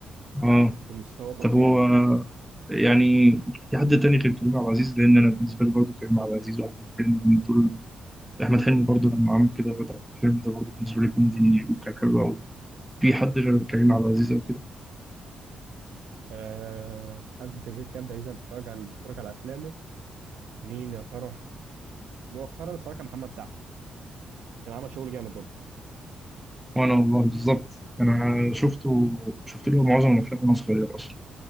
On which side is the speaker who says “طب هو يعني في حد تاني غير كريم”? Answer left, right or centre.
Centre